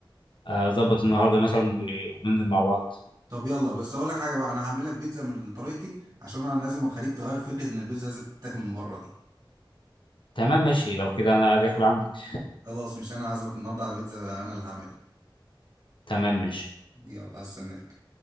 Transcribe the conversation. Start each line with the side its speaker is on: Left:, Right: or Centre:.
Left: آه، ظبط النهارده مثلا و- وننزل مع بعض
Right: طب يلا بس اقول لك حاجه بقى انا هعمل لك بيتزا من طريقتي عشان انا لازم اخليك تغير فكره ان البيتزا لازم تتاكل من بره دي
Left: تمام ماشي لو كده انا اجي اكل عندك
Right: خلاص مش انا عازمك النهارده على بيتزا انا اللي هعملها
Left: تمام ماشي
Right: يلا هستناك